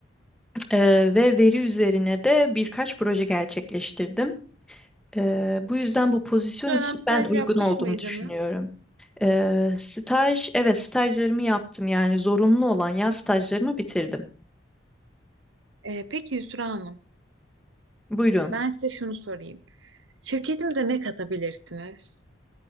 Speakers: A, in the centre; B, on the right.
A: Ee, ve veri üzerine de birkaç proje gerçekleştirdim. Ee, bu yüzden bu pozisyon
B: Bu dönem
A: için
B: staj
A: ben uygun
B: yapmış
A: olduğumu
B: mıydınız?
A: düşünüyorum. Ee, staj, evet stajlarımı yaptım yani zorunlu olan yaz stajlarımı bitirdim.
B: Ee, peki Yusra Hanım,
A: Buyurun.
B: ben size şunu sorayım. Şirketimize ne katabilirsiniz?